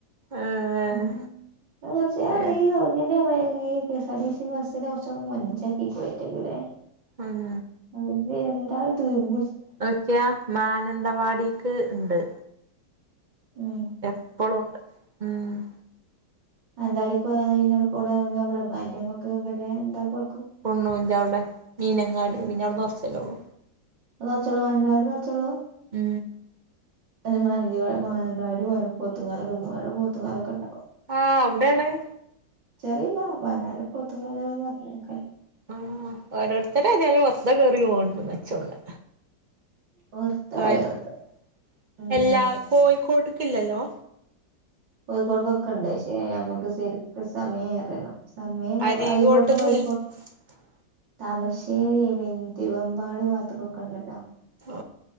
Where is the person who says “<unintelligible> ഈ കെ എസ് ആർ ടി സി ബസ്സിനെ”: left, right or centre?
Right